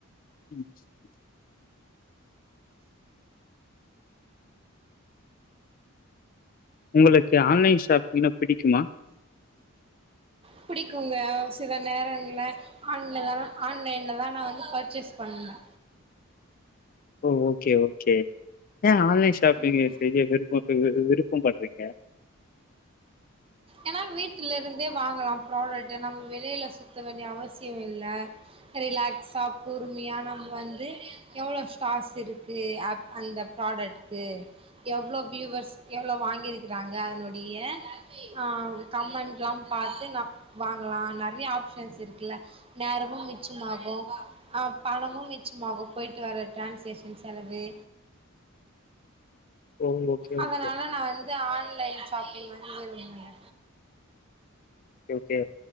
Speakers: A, on the left; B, on the right.
A: ம். உங்களுக்கு ஆன்லைன் ஷாப்பிங்னா பிடிக்குமா
B: பிடிக்குங்க சில நேரங்கள ஆன் ஆன்லைன்ல தா நா வந்து பர்ச்சேஸ் பண்ணனு
A: ஓ ஓகே ஓகே எய ஆன்லைன் ஷாப்பிங்
B: ம்
A: செய்ய விருப்ப விருப்பம் பட்டுருக்க
B: ஏன்னா வீட்டுல இருந்தே வாங்கலா புரொடக்ட் நம்ம வெளியில சுத்த வேண்டிய அவசிய இல்ல ரிலாக்ஸா பொறுமையா நம்ம வந்து எவ்வளோ ஸ்டார்ஸ் இருக்கு அ அந்த ப்ராடக்ட்டு எவ்வளோ வியூவர்ஸ் எவ்வளோ வாங்கியிருக்கிறாங்க அதனுடைய ஆ கமெண்ட்ஸ் எல்லா பாத்து நம்ம வாங்கலா நெறைய ஆப்ஷன்ஸ் இருக்குல்ல அபோ அ பணமும் மிச்சமாகு போயிட்டு வர ட்ரான்சேஷன் செலவு
A: ஓ ஓகே
B: அதனால
A: ஓகே
B: நா வந்து ஆன்லைன் ஷாப்பிங் வந்து விரும்புன
A: ஒகே